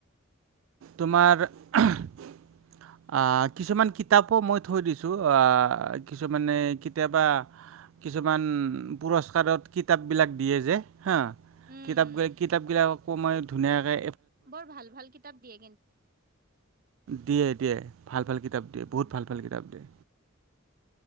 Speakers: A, on the right (about 75°); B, on the right (about 45°).
A: তোমাৰ আহ, কিছুমান কিতাপো মই থৈ দিছো। আহ, কিছুমানে কেতিয়াবা? কিছুমান পুৰস্কাৰত কিতাপ বিলাক দিয়ে যে হা
B: উম উম
A: কিতাপ-কিতাপ গিলাককো মই ধুনীয়াকে
B: বৰ ভাল-ভাল কিতাপ দিয়া।
A: দিয়ে-দিয়ে ভাল-ভাল কিতাপ দিয়ে
B: উম,
A: বহুত ভাল-ভাল কিতাপ দিয়ে।